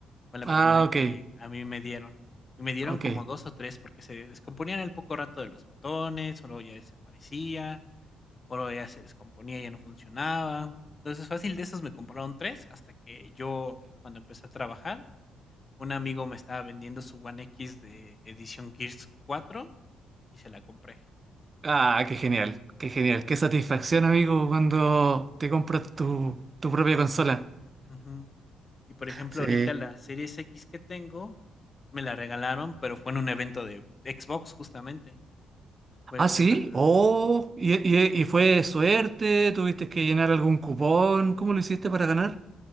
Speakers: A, on the left; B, on the right.
A: Fue la
B: Ah,
A: primera
B: ok,
A: que a mí me dieron. Y me dieron
B: ok.
A: como dos o tres porque se descomponían al poco rato de los botones, o luego ya desaparecía o luego ya se descomponía, ya no funcionaba. Entonces, fácil de esos me compraron tres hasta que yo, cuando empecé a trabajar, un amigo me estaba vendiendo su One X de edición Gears cuatro y se la compré.
B: Ah, qué genial, qué genial. Qué satisfacción, amigo, cuando te compras tu, tu propia consola.
A: Ujú. Y por ejemplo,
B: Sí.
A: ahorita la Series X que tengo, me la regalaron, pero fue en un evento de Xbox justamente. Fue
B: Ah, sí.
A: una
B: Oh, ¿y, y, y fue suerte? ¿Tuviste que llenar algún cupón? ¿Cómo lo hiciste para ganar?